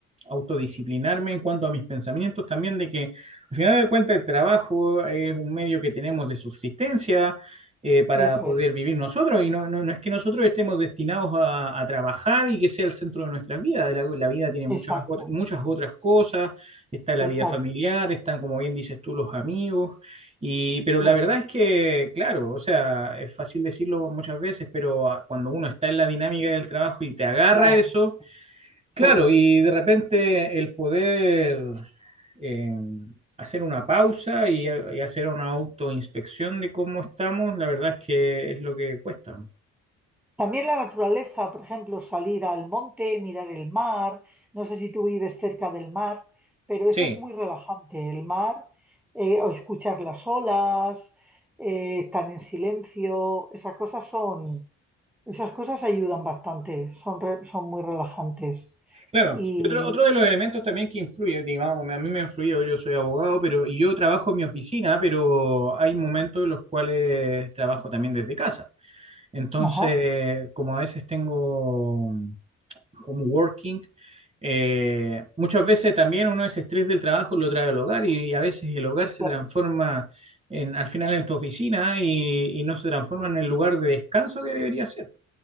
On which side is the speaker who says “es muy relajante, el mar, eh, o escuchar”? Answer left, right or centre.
Centre